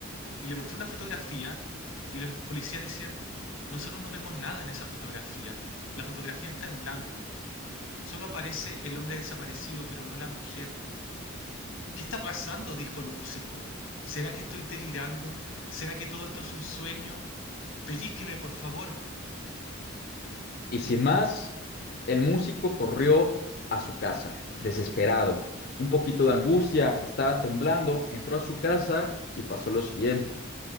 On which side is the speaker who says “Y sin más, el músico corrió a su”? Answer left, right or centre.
Left